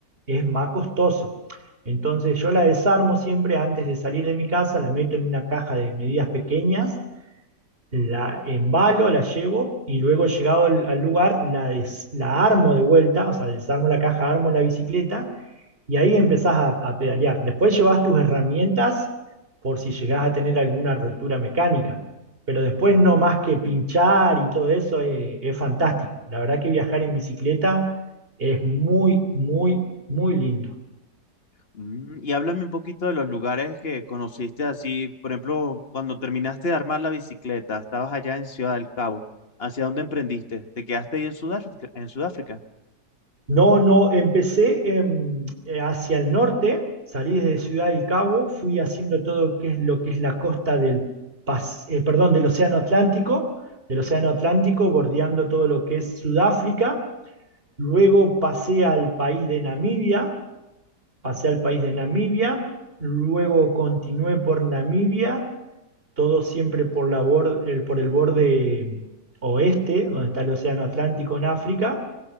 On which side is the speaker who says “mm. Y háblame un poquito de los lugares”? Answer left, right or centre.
Left